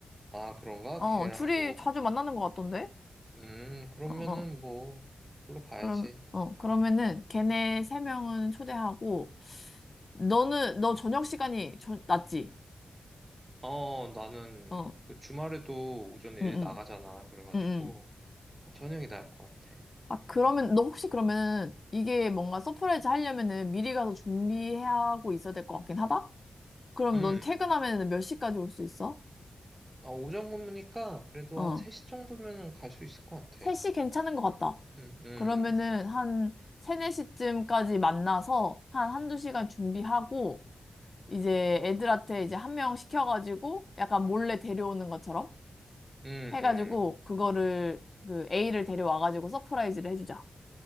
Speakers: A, on the right; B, on the left.
A: 아 그런가?
B: 어,
A: 걔랑도
B: 둘이 자주 만나는 것 같던데?
A: 음 그러면은
B: 어, 어.
A: 뭐 별로 봐야지.
B: 그럼, 어, 그러면은 걔네 세 명은 초대하고, 너는, 너 저녁 시간이 저, 지
A: 어 나는
B: 어,
A: 그 주말에도 오전에
B: 응,
A: 일
B: 응,
A: 나가잖아. 그래가지고
B: 응, 응.
A: 어, 저녁이 나을 것 같아.
B: 아, 그러면, 너 혹시 그러면 이게 뭔가 서프라이즈 하려면은 미리 가서 준비하고 있어야 될 것 같긴 하다? 그럼
A: 음,
B: 넌 퇴근하면은
A: 음.
B: 몇 시까지 올 수 있어?
A: 아, 오전 근무니까 그래도
B: 어.
A: 한 3시 정도면은 갈 수 있을 것 같아.
B: 3시 괜찮은 것 같다.
A: 음, 음,
B: 그러면은 한 3, 4시쯤까지 만나서 한 한두 시간 준비하고 이제 애들한테 이제 한 명 시켜가지고 약간 몰래 데려오는 것처럼
A: 음,
B: 해가지고
A: 음.
B: 그거를 그 A를 데려와가지고 서프라이즈를 해주자.